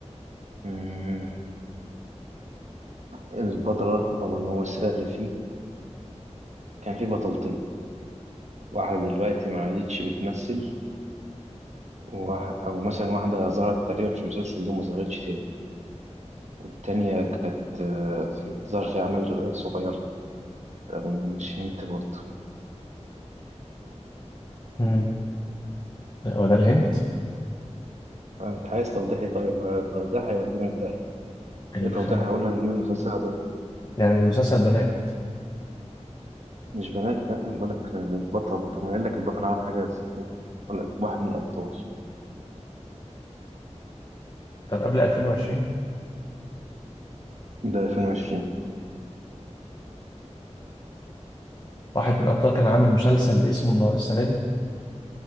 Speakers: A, on the right; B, on the left.
A: مم. البطلة أو الممثلة اللي فيه كان فيه بطلتين واحدة دلوقتي ما عادتش بتمثل وواحد- أو مثلا واحدة ظهرت تقريبا في المسلسل ده وما ظهرتش تاني والتانية كانت آه، بتظهر في أعمال صغيرة طب مش هنت برضه
B: مم. لا، هو ده الهنت
A: أنت عايز توضيحي طيب آه، توضيح هيودينا في داهية
B: الخيال
A: إيه توضيح هقوله هنجيب المسلسل ده
B: يعني المسلسل بنات
A: مش بنات لأ أنا بقولك آه، بطل طب ما قايل لك البطل عمل حاجة بس أنت- بقولك واحد من الأبطال
B: طب قبل 2020
A: ده 2020
B: واحد من الابطال كان عامل مسلسل باسمه النا- السنة دي